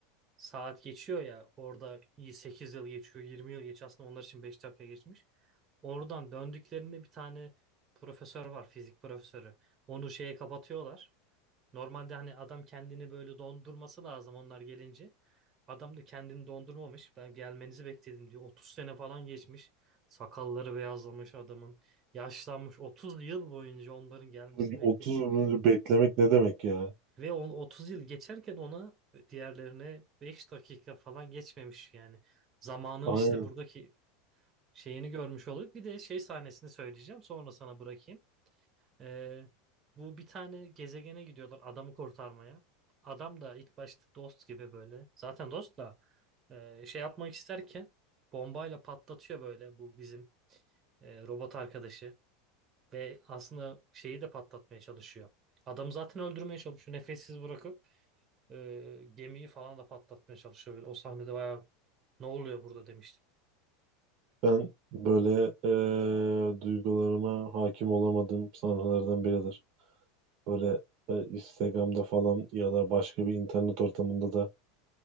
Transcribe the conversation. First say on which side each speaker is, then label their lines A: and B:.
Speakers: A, on the right; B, on the right.
A: saat geçiyor ya orada 8 yıl geçiyor 20 yıl geçiyor aslında onlar için 5 dakika geçmiş. Oradan döndüklerinde bir tane profesör var fizik profesörü. Onu şeye kapatıyorlar. Normalde hani adam kendini böyle dondurması lazım onlar gelince. Adam da kendini dondurmamış. Ben gelmenizi bekledim diyor. 30 sene falan geçmiş. Sakalları beyazlamış adamın. Yaşlanmış. 30 yıl boyunca onların gelmesini
B: Çünkü 30
A: beklemiş.
B: yıl önce beklemek ne demek ya?
A: Ve on 30 yıl geçerken ona diğerlerine 5 dakika falan geçmemiş yani. Zamanın
B: Aynen.
A: işte buradaki şeyini görmüş olup bir de şey sahnesini söyleyeceğim. Sonra sana bırakayım. Ee, bu bir tane gezegene gidiyorlar adamı kurtarmaya. Adam da ilk başta dost gibi böyle. Zaten dost da e, şey yapmak isterken bombayla patlatıyor böyle bu bizim e, robot arkadaşı. Ve aslında şeyi de patlatmaya çalışıyor. Adamı zaten öldürmeye çalışıyor. Nefessiz bırakıp e, gemiyi falan da patlatmaya çalışıyor. Böyle. O sahnede bayağı ne oluyor burada demiştim.
B: Ben böyle eee, duygularıma hakim olamadığım sahnelerden biridir. Böyle e, Instagram'da falan ya da başka bir internet ortamında da